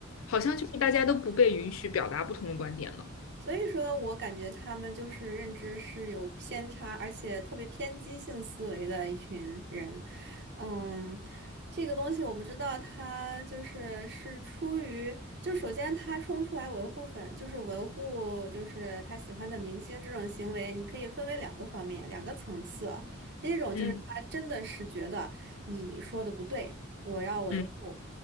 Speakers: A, on the left; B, on the right.
A: 好像就是大家都不被允许表达不同的观点了。
B: 所以说我感觉他们就是认知是有偏差，而且特别偏激性思维的一群人。嗯，这个东西我不知道，他就是是出于，就首先他冲出来维护粉，就是维护就是他喜欢的明星这种行为，你可以分为两个方面，两个层次啊。第一种就是他真的是觉得你说的不对，
A: 嗯
B: 我要维护。
A: 嗯